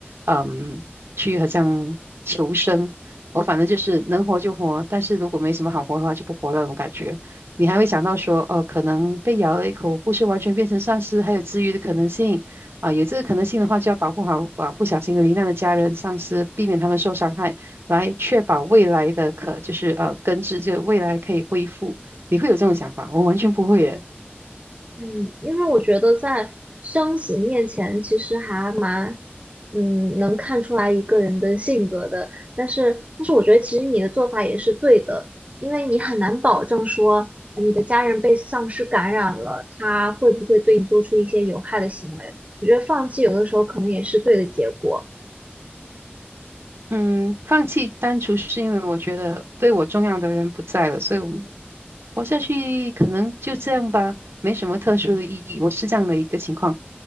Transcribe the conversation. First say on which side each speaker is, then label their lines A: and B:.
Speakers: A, on the right (about 80°); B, on the right (about 35°).
A: 嗯，去好像求生。我反正就是能活就活，但是如果没什么好活的话，就不活那种感觉。你还会想到说，哦，可能被咬了一口，不是完全变成丧尸，还有治愈的可能性。啊，有这个可能性的话，就要保护好啊不小心罹难的家人、丧尸，避免他们受伤害，来确保未来的可就是呃根治，就未来可以恢复。你会有这种想法？我完全不会耶。
B: 嗯，因为我觉得在生死面前，其实还蛮，嗯，能看出来一个人的性格的。但是，但是我觉得其实你的做法也是对的，因为你很难保证说呃你的家人被丧尸感染了，他会不会对你做出一些有害的行为。我觉得放弃有的时候可能也是对的结果。
A: 嗯，放弃单纯是因为我觉得对我重要的人不在了，所以我们活下去可能就这样吧，没什么特殊的意义。我是这样的一个情况。